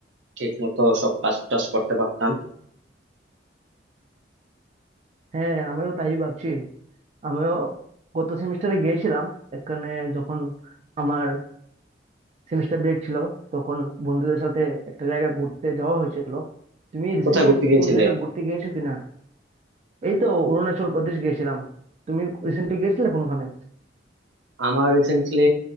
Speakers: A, on the right (about 75°); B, on the right (about 35°).
A: ঠিক মতো সব কাজ টাজ করতে পারতাম
B: হ্যাঁ আমিও তাই ভাবছি আমিও গত সেমিস্টারে গিয়েছিলাম এখানে যখন আমার সেমিস্টার ব্রেক ছিল তখন বন্ধুদের সাথে একটা জায়গা ঘুরতে যাওয়া হয়েছিল তুমি রিসেন্টলি
A: কোথায় ঘুরতে গিয়েছিলে
B: কোনো জায়গা ঘুরতে গিয়েছো কিনা এই তো অরুণাচল প্রদেশ গিয়েছিলাম তুমি রিসেন্টলি গিয়েছিলে কোনোখানে
A: আমার রিসেন্টলি